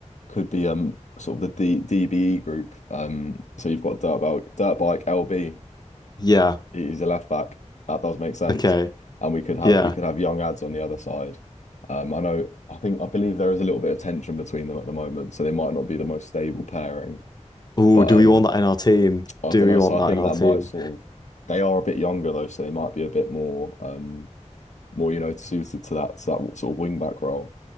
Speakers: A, on the left (about 70°); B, on the left (about 35°).
A: could be um sort of the D DBE group. Um, so you've got dirt bike, dirt bike LB.
B: Yeah.
A: He's a left back. That does make sense.
B: Okay.
A: And we could have
B: Yeah.
A: we could have young ads on the other side. Um, I know. I think I believe there is a little bit of tension between them at the moment, so they might not be the most stable pairing.
B: Oh,
A: But
B: do
A: um,
B: we want that in our team?
A: I
B: Do
A: don't
B: we
A: know.
B: want
A: So I
B: that
A: think
B: in our
A: that
B: team?
A: might sort of they are a bit younger though, so they might be a bit more um more you know suited to that to that sort of wing back role.